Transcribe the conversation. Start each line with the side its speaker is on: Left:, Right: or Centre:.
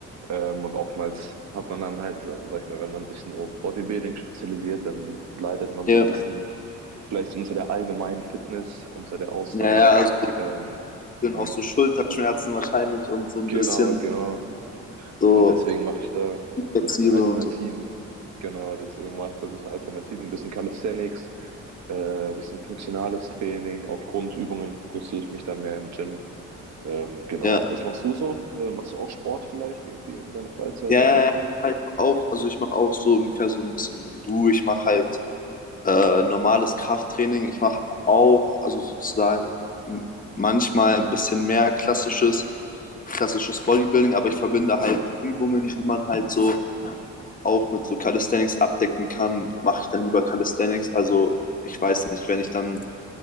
Right: Ähm, und oftmals hat man dann halt, äh, sag ich mal, wenn man sich nur auf Bodybuilding spezialisiert, dann leidet man
Left: Ja,
Right: so ein bisschen vielleicht unter der allgemeinen Fitness, unter der Ausdauer.
Left: ja, ja, also
Right: Ähm,
Left: sind
Right: und
Left: auch so Schulterschmerzen wahrscheinlich und so ein
Right: genau,
Left: bisschen
Right: genau.
Left: so
Right: Und deswegen mache ich da
Left: flexibel
Right: so ein bisschen Alternativen.
Left: und so.
Right: Genau, deswegen mache ich da ein bisschen Alternativen, ein bisschen Calisthenics, äh, ein bisschen funktionales Training. Auf Grundübungen fokussiere ich mich da mehr im Gym. Ähm, genau.
Left: Ja,
Right: Was machst du so? Äh, machst du auch Sport vielleicht irgendwie in deiner Freizeit
Left: ja,
Right: oder?
Left: ja, ja. ja. ich mach auch, also ich mache auch so ungefähr so ein bisschen wie du. Ich mache halt äh, normales Krafttraining. Ich mache auch, also sozusagen m- manchmal ein bisschen mehr klassisches, klassisches Bodybuilding, aber ich verbinde halt Übungen, die man halt so auch mit so Calisthenics abdecken kann, mache ich dann lieber Calisthenics. Also ich weiß nicht, wenn ich dann,